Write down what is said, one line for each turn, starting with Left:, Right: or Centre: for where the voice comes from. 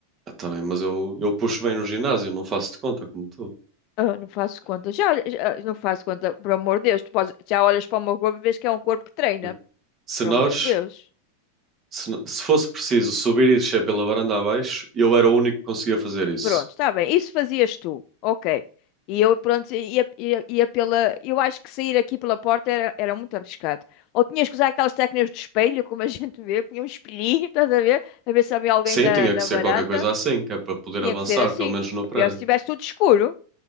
Right: Ah, tá bem, mas eu, eu puxo bem no ginásio, não faço de conta como tu.
Left: Ah, não faço conta. Já, olha- já- ah, não faço conta, por amor de Deus. Tu podes- já olhas para o meu corpo e vês que é um corpo que treina.
Right: Bem, se
Left: Por
Right: nós,
Left: amor de Deus.
Right: se, se fosse preciso subir e descer pela varanda abaixo, eu era o único que conseguia fazer isso.
Left: Pronto, está bem. Isso fazias tu. Ok. E eu, pronto, ia, ia, ia pela. Eu acho que sair aqui pela porta era, era muito arriscado. Ou tinhas que usar aquelas técnicas do espelho, como a <laughs> gente vê, punha um espelhinho, estás a ver? A ver se havia alguém
Right: Sim,
Left: na,
Right: tinha
Left: na
Right: que ser
Left: varanda.
Right: qualquer coisa assim, que é para poder
Left: Tinha
Right: avançar,
Left: que ser assim.
Right: pelo menos no prédio.
Left: pior é se estivesse tudo escuro.